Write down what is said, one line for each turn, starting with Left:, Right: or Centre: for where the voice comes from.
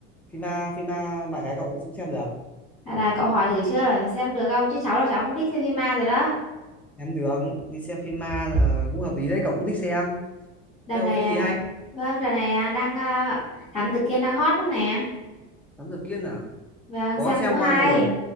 Centre: phim ma, phim ma bạn gái cậu cũng xem được,
Left: à, là cậu hỏi thử chưa là phải xem được không? Chứ cháu là cháu không thích xem phim ma rồi đó.
Centre: xem được, đi xem phim ma là cũng hợp lý đấy, cậu cũng thích xem.
Left: Đợt
Centre: Bây
Left: này,
Centre: giờ có phim
Left: à,
Centre: gì hay?
Left: vâng, đợt này à, đang à, Thám Tử Kiên đang hot lắm nè.
Centre: Thám tử Kiên à?
Left: Vâng,
Centre: Có
Left: xem
Centre: xem
Left: cũng hay.
Centre: qua rồi,